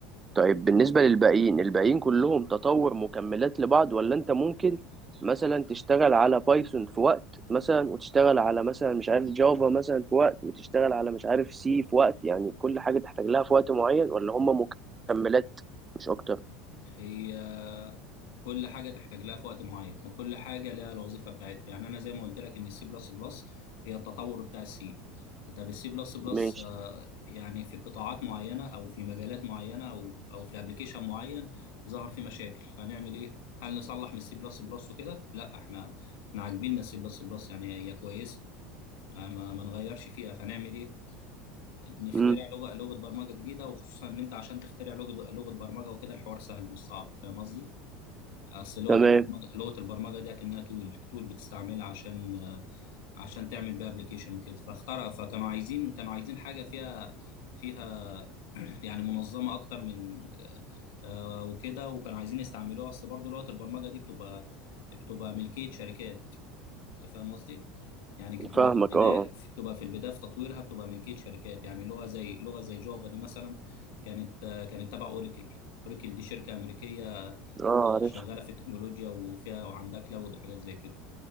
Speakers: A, on the right (about 25°); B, on the left (about 60°).
A: طيب بالنسبة للباقيين الباقيين كلهم تطور مكملات لبعض ولا انت ممكن مثلا تشتغل على بايثون في وقت مثلا وتشتغل على مثلا مش عارف جافا مثلا في وقت وتشتغل على مش عارف سي في وقت يعني كل حاجة تحتاج لها في وقت معين ولا هم مكملات مش اكتر
B: هي كل حاجه تحتاج لها في وقت معين وكل حاجه لها الوظيفه بتاعتها يعني انا زي ما قلت لك ان السي بلس بلس هي التطور بتاع السي طب السي بلس بلس
A: ماشي
B: يعني في قطاعات معينه او في مجالات معينه او او في ابلكيشن معين ظهر فيه مشاكل فنعمل ايه هل نصلح من السي بلس بلس وكده لا احنا احنا عاجبيننا السي بلس بلس يعني هي كويسه ما ما نغيرش فيها فنعمل ايه نخترع
A: امم
B: لغه لغه برمجه جديده وخصوصا ان انت عشان تخترع لغه لغه برمجه وكده الحوار سهل مش صعب فاهم قصدي؟ اصل لغه
A: تمام
B: البرمجه لغه البرمجه دي اكنها تول تول بتستعملها عشان عشان تعمل بيها ابلكيشن وكده فاخترع فكانوا عايزين كانوا عايزين حاجه فيها فيها <clears throat> يعني منظمه اكتر من آه، وكده وكانوا عايزين يستعملوها اصل برضه لغه البرمجه دي بتبقى بتبقى ملكيه شركات انت فاهم قصدي؟ يعني كي بتبقى
A: فاهمك
B: في البدايه
A: اه اه
B: بتبقى في البدايه في تطويرها بتبقى ملكيه شركات يعني لغه زي لغه زي جافا دي مثلا كانت آه، كانت تبع اوراكل اوراكل دي شركه امريكيه
A: اه عارف
B: شغاله في التكنولوجيا وفيها وعندها كلاود وحاجات زي كده